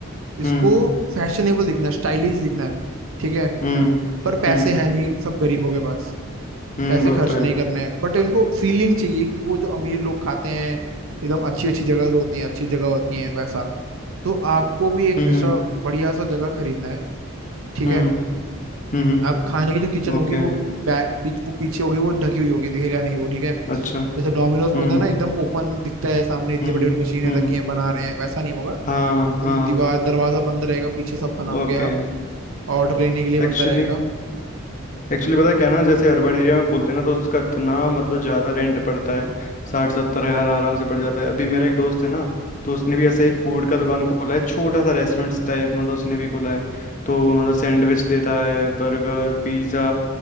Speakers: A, on the right (about 70°); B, on the left (about 35°).
A: इसको
B: हम्म
A: फैशनेबल दिखना है स्टाइलिश दिखना है ठीक है
B: हम्म
A: पर पैसे
B: हम्म
A: हैं नहीं सब गरीबों के पास
B: हम्म
A: पैसे
B: वो
A: खर्च
B: तो
A: नहीं
B: है
A: करने हैं बट इनको फीलिंग चाहिए कि वो जो अमीर लोग खाते हैं एकदम अच्छी अच्छी जगह होती हैं अच्छी जगह होती हैं वैसा तो आपको भी एक
B: हम्म
A: ऐसा बढ़िया सा जगह खरीदना है
B: हम्म
A: ठीक है
B: हम्म हम्म,
A: अब खाने की जो किचन होगी
B: ओके
A: वो बैक पीछ, वो पीछे होगी वो ढकी हुई होगी दिखेगा नहीं वो ठीक है
B: अच्छा
A: जैसे डोमिनोज में
B: हम्म
A: होता है ना एकदम ओपन दिखता है सामने इतनी
B: हम्म
A: बड़ी बड़ी मशीनें
B: हम्म
A: रखी हैं बना रहे हैं वैसा नहीं होगा
B: हाँ
A: एकदम
B: हाँ
A: दीवार दरवाजा बंद रहेगा पीछे सब बनाओगे
B: ओके
A: आप ऑर्डर लेने के लिए बंदा
B: एक्चुअली
A: रहेगा
B: एक्चुअली पता है क्या ना जैसे अर्बन एरिया में खोलते हैं ना तो उसका इतना मतलब ज्यादा रेंट पड़ता है साठ सत्तर हजार आराम से पड़ जाता है अभी मेरा एक दोस्त है ना तो उसने भी ऐसे ही फूड का दुकान खोला है छोटा सा रेस्टोरेंट टाइप मतलब उसने भी खोला है तो वो मतलब सैंडविच देता है बर्गर पिज्जा